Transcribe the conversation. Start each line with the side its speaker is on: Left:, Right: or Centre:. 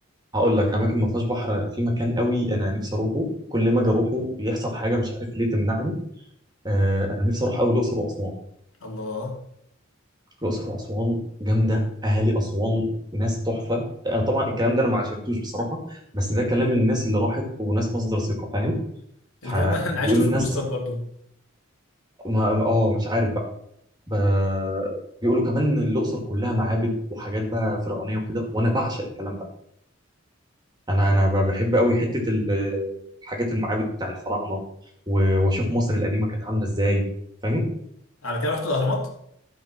Right: هقول لك اماكن ما فيهاش بحر في مكان قوي انا نفسي اروحه كل ما اجي اروحه يحصل حاجه مش عارف ليه تمنعني آه انا نفسي اروح قوي الاقصر واسوان
Left: الله
Right: الاقصر واسوان جامده اهالي اسوان ناس تحفه انا طبعا الكلام ده انا ما عشرتوش بصراحه بس ده كلام الناس اللي راحت وناس مصدر ثقه فاهم فبيقولوا
Left: الكلام ده <laughs> انا عشته في
Right: الناس
Left: البوستات برضو
Right: ما ما- اه مش عارف بقى ب... بيقولوا كمان ان الاقصر كلها معابد وحاجات بقى فرعونيه وكده وانا بعشق الكلام ده انا انا ب- بحب قوي حته ال- الحاجات المعابد بتاع الفراعنه و- واشوف مصر القديمه كانت عامله ازاي فاهم
Left: على كده رحت الاهرامات